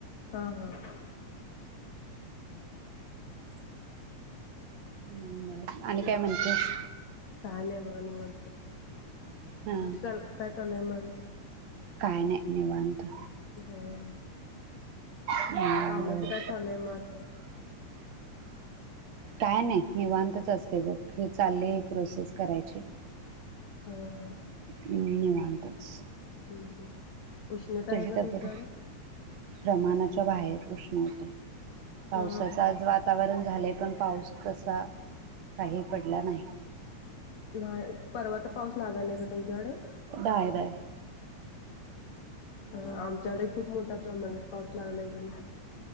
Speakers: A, on the left (about 60°); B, on the right (about 65°).
A: हा हा केला
B: बर आणि काय
A: बर
B: म्हणतेस
A: काय नाही बघा निवांत.
B: हा
A: चला काय चाललय म आणि
B: काय नाही निवांत.
A: हा हा
B: हम्म
A: कामाचं
B: बर
A: काय चालय मग आता.
B: काय नाही निवांतच असते बघ हे चालले प्रोसेस करायची.
A: हा हा
B: हम् निवांतच
A: हम्म हम्म उष्णता आहे
B: तुझी
A: का
B: तब्येत
A: तुमच्याकडं
B: प्रमाणाच्या बाहेर उष्ण होतंय. पावसाच
A: हा हा
B: आज वातावरण झालय. पण पाऊस तसा काही पडला नाही.
A: नाही परवाचा पाऊस लागायला नाही का तुमच्याकडे?
B: Bye bye.
A: आ आम च्याकडे खूप मोठ्या प्रमाणात पाऊस लागला इकडे.